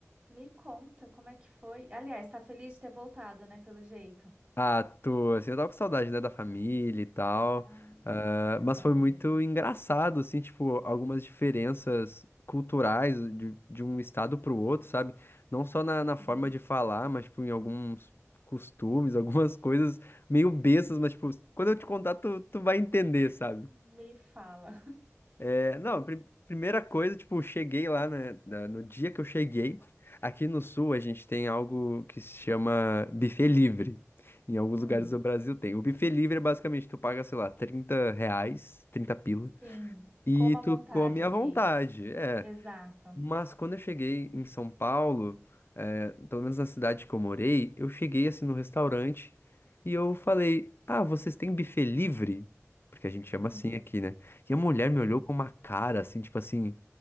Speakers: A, on the right; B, on the left.
A: Me conta como é que foi. Aliás, tá feliz de ter voltado, né? Pelo jeito.
B: Ah, tô, assim, eu tava com saudade, né, da família e tal,
A: Ah,
B: ah,
A: É
B: mas
A: bom
B: foi
A: mesmo.
B: muito engraçado, assim, tipo, algumas diferenças culturais de, de um estado pro outro, sabe? Não só na, na
A: sim.
B: forma de falar, mas, tipo, em alguns costumes, <laughs> algumas coisas meio bestas, mas, tipo, quando eu te contar, tu, tu vai entender, sabe?
A: Me fala.
B: É, não, pri- primeira coisa, tipo, cheguei lá, né, na- no dia que eu cheguei, aqui no Sul a gente tem algo que se chama buffet livre. Em alguns
A: Hum,
B: lugares do Brasil tem. O buffet livre é basicamente, tu paga, sei lá, 30 reais, 30 pila,
A: sim.
B: e
A: Coma à vontade
B: tu come
A: aqui.
B: à vontade. É,
A: Exato.
B: mas quando eu cheguei em São Paulo, eh, pelo menos na cidade que eu morei, eu cheguei assim no restaurante e eu falei: Ah, vocês têm buffet livre? Porque a gente chama
A: Hum,
B: assim aqui, né? E a mulher
A: sim.
B: me olhou com uma cara assim, tipo assim: